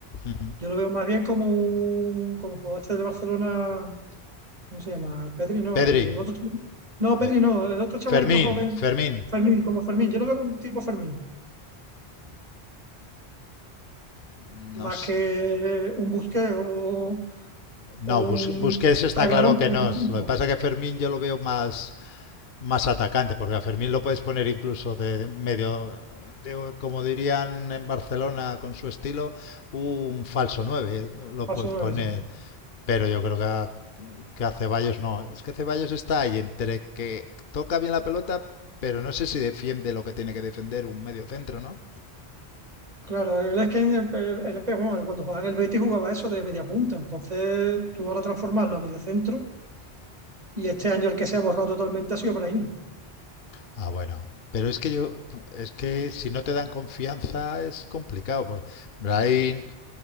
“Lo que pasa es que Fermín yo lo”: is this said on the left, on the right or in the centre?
Left